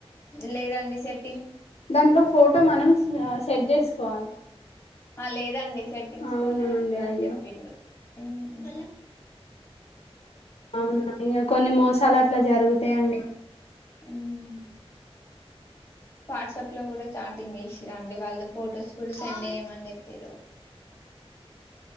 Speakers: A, on the left (about 25°); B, on the left (about 75°).
A: లేదండి సెట్
B: దాంట్లో ఫోటో మనం స సెట్ చేసుకోవాలి
A: ఆ లేదండి సెట్టింగ్స్
B: అవునా
A: తోనే వత్తదని
B: అండి అయ్యో
A: చెప్పిండు మ్మ్
B: అవునా ఇంగ కొన్ని మోస్ సాలట్ల జరుగుతాయండి
A: మ్మ్ వాట్సాప్ లో కూడా చాటింగ్ చేసి రండి వాళ్ళు ఫొటోస్ కూడా సెండ్ చేయమని చెప్పిర్రు